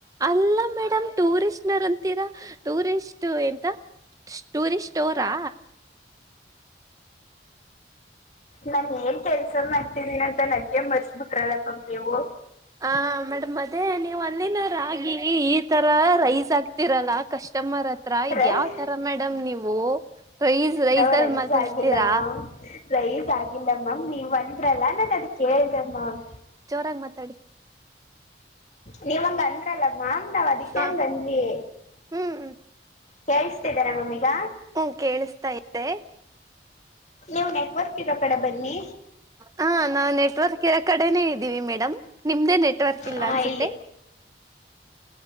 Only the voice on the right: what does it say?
ಅಲ್ಲಾ ಮೇಡಮ್ ಟೂರಿಸ್ಟ್ನರ್ ಅಂತೀರಾ ಟೂರಿಸ್ಟ್ ಎಂತ ಸ್ಟೂರಿಸ್ಟ ಸ್ಟೋರಾ
ಹ ಮೇಡಮ್ ಮದೇ ನೀವ್ ಅಂದಿನ ರಾಗಿ ಈ ತರ ರೈಸ್ ಆಗ್ತೀರಲ್ಲಾ ಕಸ್ಟಮರ್ ಅ ಹತ್ರ ಇದ್
ಯಾವ್ ತರ ಮೇಡಮ್ ನೀವು ರೈಸ್ ರೈಸ್
ಅಲ್ಲಿ ಮಾತಾಡ್ತೀರಾ--‌
ಜೋರಾಗಿ ಮಾತಾಡಿ.
ಹ
ಹ್ಮ್ ಹ್ಮ್
ಹ್ಮ್, ಕೇಳಿಸ್ತಾ ಇದೆ -
ಹಾ, ನಾವು ನೆಟ್ವರ್ಕ್ರ ಇರ ಕಡೆನೇ ಇದ್ದೀವಿ ಮೇಡಮ್, ನಿಮ್ದೇ ನೆಟ್ -ನೆಟವರ್ಕ್ ಇಲ್ಲ
ಅನ್ಸುತ್ತೆ.